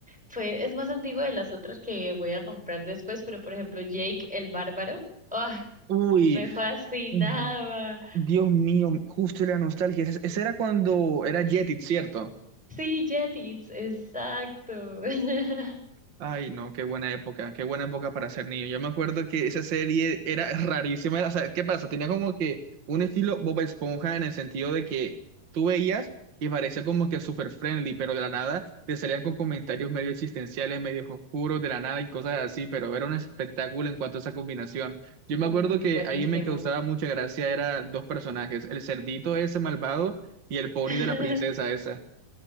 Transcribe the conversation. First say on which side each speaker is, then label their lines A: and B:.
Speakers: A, in the centre; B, on the right.
A: fue, es más antigua de las otras que voy a nombrar después, pero por ejemplo, Jake el Bárbaro. ¡Ah!
B: Uy,
A: me fascinaba.
B: mm, Dios mío, justo la nostalgia. Ese ese era cuando era Jetix, ¿cierto?
A: Sí, Jetix, exacto. <laughs>
B: Ay, no, qué buena época, qué buena época para ser niño. Yo me acuerdo que esa serie era rarísima. O sea, ¿qué pasa? Tenía como que un estilo Bob Esponja en el sentido de que tú veías y parecía como que súper friendly, pero de la nada te salían con comentarios medio existenciales, medio oscuros, de la nada y cosas así, pero era un espectáculo en cuanto a esa combinación. Yo me
A: Uy,
B: acuerdo que
A: buenísimo.
B: ahí me causaba mucha gracia, eran dos personajes, el cerdito ese malvado y el pony
A: <laughs>
B: de la princesa esa.